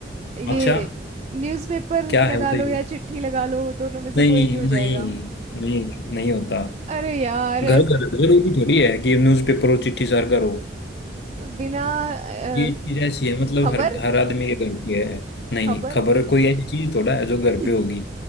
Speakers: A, on the right (about 35°); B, on the left (about 70°).
A: ये
B: अच्छा
A: न्यूज़पेपर
B: क्या है
A: लगा
B: बताइए
A: लो या चिट्ठी लगा लो दोनों में से
B: नहीं
A: कोई भी हो जाएगा
B: नहीं नहीं नहीं होता
A: अरे यार ऐसे
B: घर घर घर भी थोड़ी है कि न्यूज़पेपर और चिट्ठी सर करो
A: बिना अ,
B: ये चीज ऐसी है मतलब
A: खबर
B: हर हर आदमी के घर पे है नहीं
A: खबर
B: खबर कोई ऐसी चीज थोड़ा है जो
A: <laughs>
B: घर पे होगी